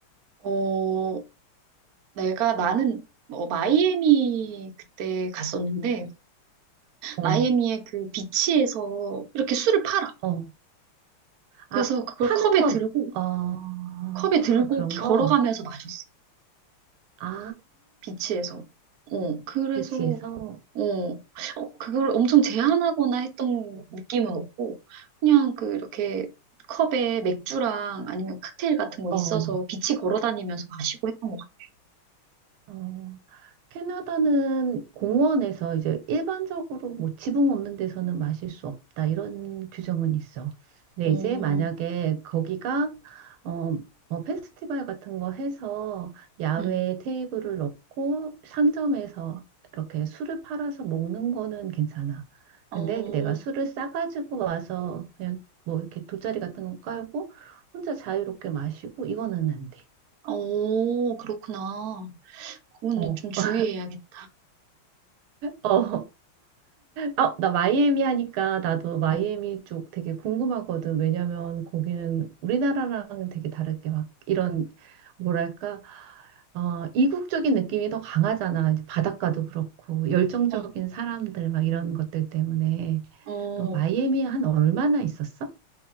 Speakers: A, on the right; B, on the right.
A: 어, 내가, 나는, 어, 마이애미 그때 갔었는데,
B: 어,
A: 마이애미의 그 비치에서 이렇게 술을 팔아.
B: 어.
A: 그래서
B: 아,
A: 그걸
B: 파는
A: 컵에
B: 거,
A: 들고,
B: 어,
A: 컵에
B: 아,
A: 들고
B: 그런
A: 걸어가면서
B: 거?
A: 마셨어.
B: 아,
A: 비치에서. 어, 그래서
B: 비치에서?
A: 어, 어, 그걸 엄청 제한하거나 했던 느낌은 없고, 그냥 그 이렇게 컵에 맥주랑 아니면 칵테일 같은 거
B: 어,
A: 있어서 빛이 걸어 다니면서 마시고 했던 것 같아요.
B: 어. 캐나다는 공원에서 이제 일반적으로 뭐 지붕 없는 데서는 마실 수 없다 이런 규정은 있어. 근데
A: 어,
B: 이제 만약에 거기가 어, 뭐 페스티벌 같은 거 해서 야외에
A: 음,
B: 테이블을 넣고 상점에서 이렇게 술을 팔아서 먹는 거는 괜찮아.
A: 어,
B: 근데 내가 술을 싸가지고 와서 그냥 뭐 이렇게 돗자리 같은 거 깔고 혼자 자유롭게 마시고 이거는 안 돼.
A: 어, 그렇구나. 그거는
B: 어,
A: 좀 주의해야겠다.
B: 어. 어. 아, 나 마이애미 하니까 나도 마이애미
A: 음,
B: 쪽 되게 궁금하거든. 왜냐면 거기는 우리나라랑 되게 다르게 막 이런 뭐랄까 어, 이국적인 느낌이 더 강하잖아. 이제 바닷가도 그렇고 열정적인
A: 어,
B: 사람들 막 이런 것들 때문에
A: 어,
B: 너 마이애미 한 얼마나 있었어?